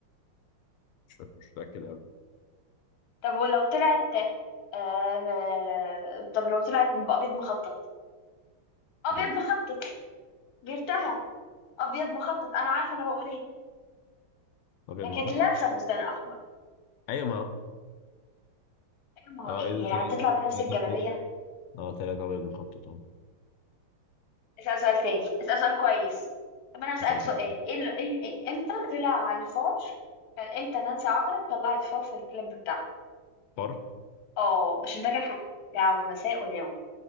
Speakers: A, on the left; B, on the left.
A: مش فاكر- مش متاكد قوي
B: طب ولو طلعت آه... ما- طب لو طلعت أبيض مخطط أبيض
A: ايه
B: مخطط جبتها أبيض مخطط أنا عارفة أنا بقول إيه
A: ابيض
B: ده
A: مخطط
B: كانت لابسه فستان احمر
A: ايوه ما
B: أيوة، ما هو
A: اه
B: ايه
A: ايه ده
B: هي
A: تلاتة
B: هتطلع بنفس
A: تلاتة
B: الجلابيه
A: أبيض. اه تلاتة ابيض مخطط اه
B: اسال سؤال تاني اسال سؤال كويس طب انا هسالك
A: هسأل
B: سؤال
A: سؤال
B: ايه ال- إيه- إيه- امتى طلع الفار كان امتى نانسي عجرم طلعت فار في الكليب بتاعها
A: حر
B: اه عشان ده كان حديث بتاعه المساء واليوم